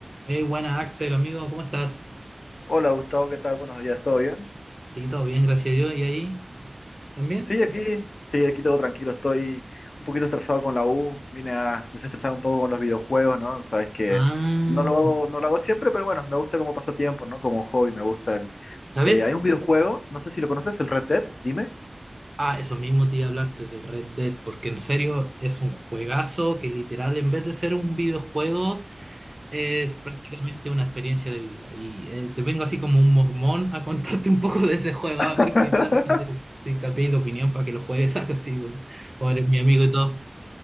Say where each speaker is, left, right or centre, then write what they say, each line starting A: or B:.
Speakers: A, on the right; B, on the left.
A: Eh, buena Axel, amigo, ¿cómo estás?
B: Hola Gustavo, ¿qué tal? Buenos días, ¿todo bien?
A: Sí, todo bien, gracias a Dios. ¿Y ahí también?
B: Sí, aquí, sí, aquí todo tranquilo, estoy un poquito estresado con la U, vine a desestresar un poco con los videojuegos, ¿no? Sabes que
A: Ah,
B: no lo, hago- no lo hago siempre, pero bueno, me gusta como pasatiempo, ¿no? Como hobby, me gusta el...
A: ¿sabes?
B: eh, hay un videojuego, no sé si lo conoces, el Red Dead, dime.
A: Ah, eso mismo te iba a hablarte del Red Dead, porque en serio es un juegazo que literal, en vez de ser un videojuego, es prácticamente una experiencia de vida. Y eh, te vengo así como un mormón a contarte un poco de ese juego,
B: <laughs>
A: a ver qué tal si te, te cambié de opinión para que lo juegues <laughs> algo así, como como eres mi amigo y todo.